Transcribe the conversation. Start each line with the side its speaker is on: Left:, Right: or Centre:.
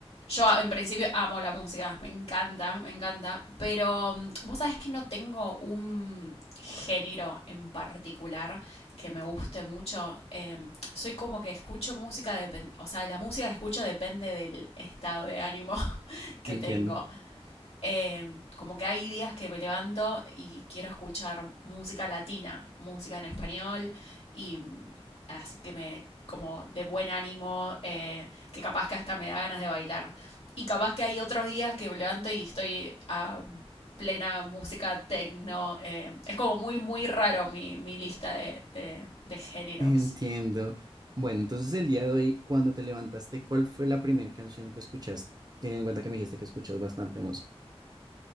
Left: yo en principio amo la música, me encanta, me encanta, pero mm, vos sabés que no tengo un género en particular que me guste mucho. Em, soy como que escucho música, depen- o sea, la música que escucho depende del estado de ánimo <laughs> que
Right: Entiendo,
Left: tengo. Eh, como que hay días que me levanto y quiero escuchar música latina, música en español, y mm, así que me, como de buen ánimo, eh, que capaz que hasta me da ganas de bailar. Y capaz que hay otros días que me levanto y estoy a plena música techno. eh, es como muy, muy raro mi, mi lista de, de- de géneros.
Right: <laughs> entiendo. Bueno, entonces el día de hoy, cuando te levantaste, ¿cuál fue la primera canción que escuchaste? Teniendo en cuenta que me dijiste que escuchas bastante música.